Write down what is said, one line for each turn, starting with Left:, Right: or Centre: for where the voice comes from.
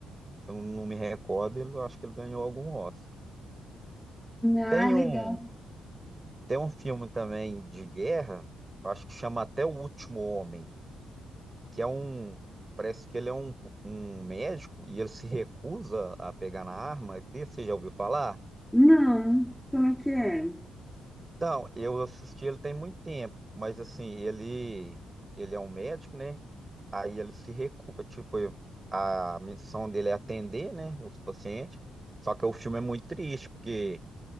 Right: Se eu não me recordo, ele- eu acho que ele ganhou algum Oscar.
Centre: Ah,
Right: Tem
Centre: legal.
Right: um, tem um filme também de guerra, eu acho que chama até O Último Homem, que é um, parece que ele é um, um médico e ele se recusa a pegar na arma. Desse Você já ouviu falar?
Centre: Não, como é que é?
Right: Então, eu assisti ele tem muito tempo, mas assim, ele ele é um médico, né? Aí ele se recusa, tipo, eu- a missão dele é atender, né, os pacientes. Só que o filme é muito triste, porque